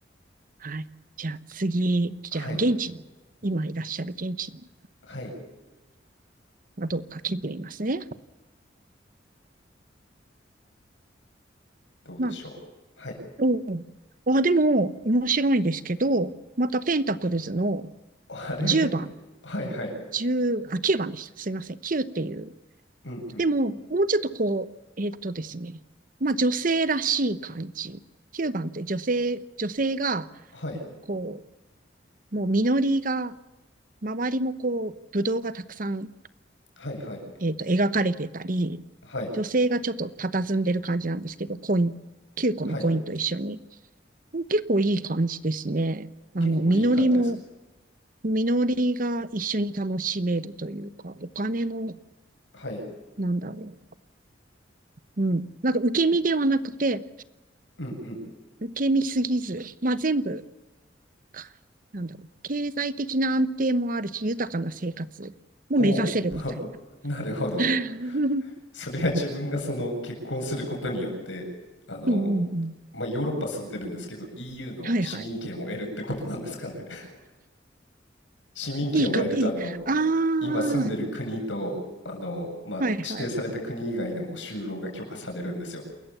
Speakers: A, on the right; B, on the left.
A: はい。じゃあ次、じゃあ現地に、
B: はい。
A: 今いらっしゃる現地の方が
B: はい。
A: どうか聞いてみますね。
B: どうでしょう。
A: まあ、
B: はい。
A: おうあ、でも、面白いですけど、またペンタクルズの
B: あれ
A: 10番、
B: <laughs>
A: 1あ、
B: はいはい。
A: 9番でした。すいません。9っていう。
B: うんうん。
A: でも、もうちょっとこう、えーっとですね。まあ、女性らしい感じ。9番って女性、女性が、
B: はい。
A: こう、もう実りが、周りもこう、ぶどうがたくさん
B: はいはい。
A: えっと、描かれてたり、
B: はい、
A: 女性がちょっと佇んでる感じなんですけど、コイン、9個のコインと一緒に。
B: はい。
A: 結構いい感じですね。あの、
B: 結構いい感じです。
A: 実りも、実りが一緒に楽しめるというか、お金も、
B: はい。
A: なんだろう。うん。なんか受け身ではなくて、
B: うんうん。
A: 受け身すぎず、まあ全部、かなんだろう。経済的な安定もあるし、豊かな生活も目指せるみたいな。
B: おお、<laughs> なるほど。
A: <laughs> うん
B: それは自分がその結婚することによって、あの、
A: うんうん。
B: ま、あヨーロッパ住んでるんですけど、EU の市民権を得るってことなんですかね。
A: はいはい。
B: <laughs> 市民権を得ると、
A: いいか、いい。
B: あの、
A: ああ、
B: 今住んでる国と、あの、ま、あ指定された国以外でも就労が許可されるんですよ。
A: はいはい。